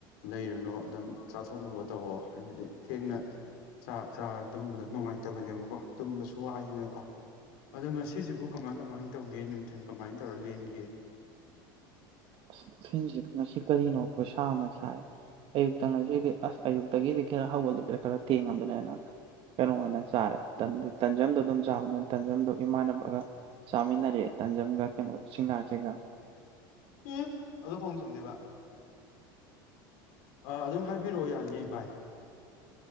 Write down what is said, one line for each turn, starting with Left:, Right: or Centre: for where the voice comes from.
Left: ꯂꯩꯔꯨꯅꯨ ꯑꯗꯨꯝ ꯆꯥꯊꯣꯛꯅꯕ ꯇꯧꯋꯣ ꯍꯥꯏꯕꯗꯤ ꯊꯦꯡꯅ ꯆꯥꯛ ꯆꯥꯔ ꯇꯨꯝꯕꯗꯣ ꯅꯨꯡꯉꯥꯏꯇꯕꯅꯦꯕꯀꯣ ꯇꯨꯝꯕꯁꯨ ꯋꯥꯏꯗꯅꯀꯣ ꯑꯗꯣ ꯉꯁꯤꯁꯤꯕꯨ ꯀꯃꯥꯏ ꯀꯃꯥꯏ ꯇꯧꯒꯦ ꯅꯨꯡꯊꯤꯟ ꯀꯃꯥꯏ ꯇꯧꯔ ꯂꯦꯟꯒꯦ?
Right: ꯑꯁ ꯐꯤꯟꯖꯤ ꯉꯁꯤ ꯀꯔꯤꯅꯣ ꯈꯨꯁꯥ ꯑꯃ ꯁꯥꯏ ꯑꯌꯨꯛꯇ ꯉꯁꯤꯗꯤ ꯑꯁ ꯑꯌꯨꯛꯇꯒꯤꯗꯤ ꯈꯔ ꯍꯧꯒꯠꯂꯕꯗ ꯈꯔ ꯊꯦꯡꯉꯕꯅꯦꯅ ꯀꯩꯅꯣ ꯑꯣꯏꯅ ꯆꯥꯔꯦ ꯇꯟꯗꯨ ꯇꯟꯖꯝꯗꯣ ꯑꯗꯨꯝ ꯆꯥꯕꯅꯦꯅ ꯇꯥꯟꯖꯝꯗꯣ ꯏꯃꯥꯟꯅꯕꯒ ꯆꯥꯃꯤꯟꯅꯔꯦ ꯇꯥꯟꯖꯝꯒ ꯀꯩꯅꯣ ꯁꯤꯡꯍꯥꯔꯁꯤꯒ
Left: ꯏ ꯑꯗꯣ ꯐꯃꯨꯡ ꯆꯪꯗꯦꯕ ꯑ ꯑꯗꯨꯝ ꯍꯥꯏꯕꯤꯔꯛꯑꯣ ꯌꯥꯅꯤ ꯕꯥꯏ